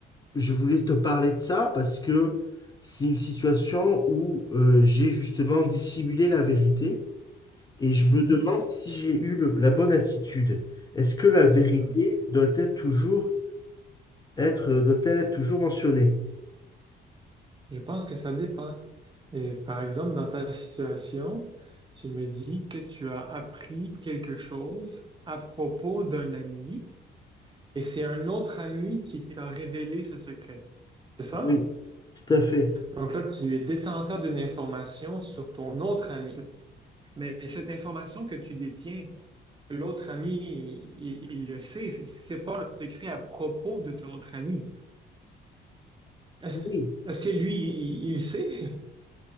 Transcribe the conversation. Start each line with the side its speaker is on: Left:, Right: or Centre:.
Left: je voulais te parler de ça parce que c'est une situation où euh, j'ai justement dissimulé la vérité et je
Right: Mhm.
Left: me demande si j'ai eu le- la bonne attitude. Est-ce que la vérité
Right: Mhm.
Left: doit être toujours être, doit-elle être toujours mentionnée?
Right: Je pense que ça dépend. Et par exemple, dans ta situation, tu me dis que tu as appris quelque chose à propos d'un ami et c'est un autre ami qui t'a révélé ce secret. C'est ça?
Left: Oui, tout à fait.
Right: Donc là, tu es détenteur d'une information sur ton autre ami. Mais cette information que tu détiens, l'autre ami, il, il le sait. C'est c'est pas un secret à propos de ton autre ami. Est-ce,
Left: Oui.
Right: est-ce que lui, il, il sait?